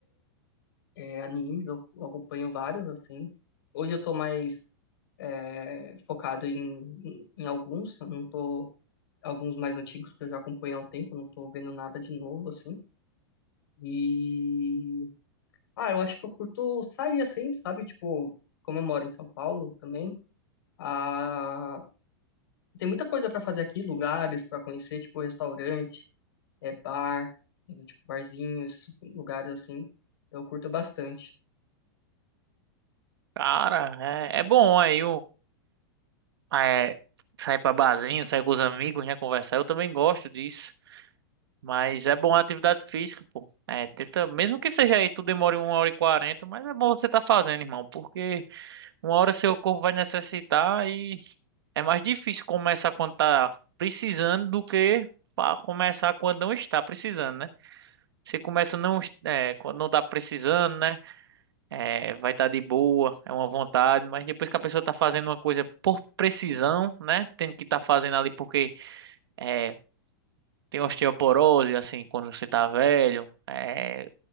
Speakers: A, on the left; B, on the right.
A: é, animes. Eu, eu acompanho vários, assim. Hoje eu tô mais é, focado em, em, em alguns. eu Não tô... Alguns mais antigos que eu já acompanho há um tempo. eu Não tô vendo nada de novo, assim. E... Ah, eu acho que eu curto sair, assim, sabe? Tipo, como eu moro em São Paulo também. Ah, tem muita coisa para fazer aqui, lugares para conhecer, tipo restaurante, é bar, é, tipo barzinhos, lugares assim. Eu curto bastante.
B: Cara, é, é bom aí. Ah, é, sair pra barzinho, sair com os amigos, né? Conversar. Eu também gosto disso. Mas é bom a atividade física, pô. É, tenta, mesmo que seja aí, tu demore uma hora e quarenta, mas é bom você tá fazendo, irmão, porque uma hora seu corpo vai necessitar e é mais difícil começar quando tá precisando do que pa- começar quando não está precisando, né? Você começa não, é, quando não tá precisando, né? é, vai estar de boa, é uma vontade, mas depois que a pessoa tá fazendo uma coisa por precisão, né? Tendo que estar fazendo ali porque é, tem osteoporose, assim, quando você tá velho, é,